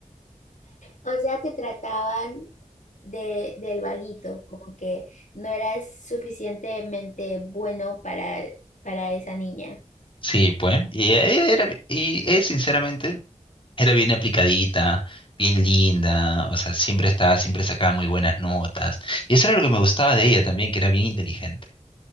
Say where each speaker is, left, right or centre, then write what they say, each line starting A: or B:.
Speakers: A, on the left (about 70°); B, on the left (about 40°).
A: O sea, te trataban de, del vaguito, como que no eras suficientemente bueno para, para esa niña.
B: sí pues y ella era y ella, sinceramente era bien aplicadita bien linda o sea siempre estaba siempre sacaba muy buenas notas y eso era lo que me gustaba de ella también que era bien inteligente